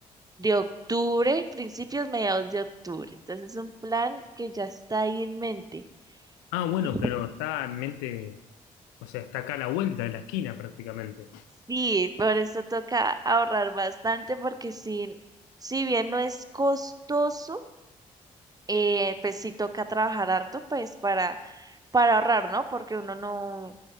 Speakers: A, on the right; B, on the left.
A: de octubre, principios, mediados de octubre. Entonces, es un plan que ya está ahí en mente.
B: Ah, bueno,
A: Y
B: pero está en mente, o sea, está acá a la vuelta de la esquina prácticamente.
A: sí, por eso toca ahorrar bastante porque si, si bien no es costoso, eh, pues sí toca trabajar harto pues para para ahorrar, ¿no? Porque uno no,